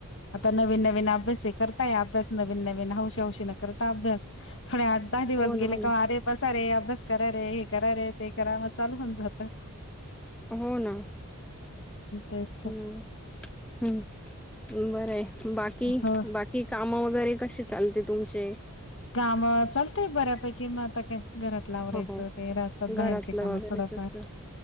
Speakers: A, on the left; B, in the centre.
A: आता नवीन नवीन अभ्यास हे करताय अभ्यास नवीन नवीन हौश हौशीन करता. अभ्यास थोडे आठ दहा दिवस
B: हो ना
A: गेले
B: हो ना
A: का अरे बसा रे अभ्यास करा रे हे करा रे ते करा मग चालू आमचं तर
B: हो ना,
A: तेच तर
B: हम्म हम्म बरं हे बाकी
A: हो
B: बाकी काम वगैरे कशी चालते तुमचे
A: काम चालतंय बऱ्यापैकी मग आता काय? घरातलं आवरायचं
B: हो हो
A: काही असतात
B: घरातलं
A: बाहेरचे काम
B: वगैरेच
A: थोडफार
B: असतं